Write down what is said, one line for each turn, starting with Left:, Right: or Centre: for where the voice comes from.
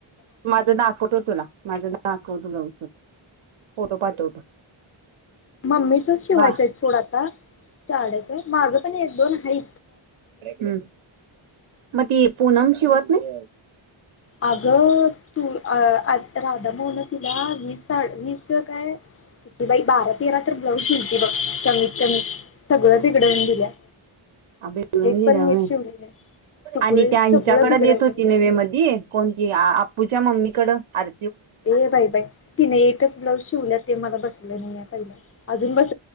Right: माझं नाखवट तुला माझं ना आखवत तुला फोटो पाठवतो
Left: मम्मीचच शिवायचंय
Right: बा
Left: ोडा आता साड्याच माझं पण एक दोन आहे
Right: हम् मग ती पनम शिवत नाही
Left: अगं तू आता राधा म्हऊन तुला वीस वीस काय की बाई बारा तेरा तर ब्लाऊज बघ कमीत कमी सगळं बिघडवून दिल्या
Right: बेूनल्या
Left: एक पण नीट शिवली नाही सगळे
Right: आणि त्या हिच्याकड
Left: सगळं बिघडवलंय
Right: येत होती नवे मध्ये कोणती आप्पूच्या मम्मीकड अर
Left: ए बाई बाई तिने एकच ब्लाऊज शिवल्या ते मला बसलं नाही आहे पहिलं अजून बस